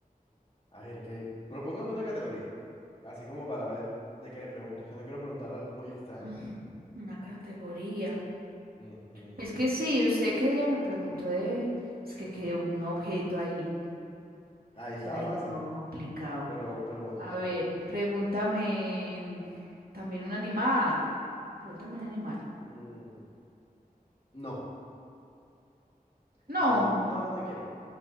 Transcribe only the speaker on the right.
Ah, Una categoría.
Es que sí, usted qué día me preguntó de... Es que quedó un objeto ahí.
O sea, ahí
todo complicado.
A
ver,
pregúntame también un animal. Pregúntame un animal.
No.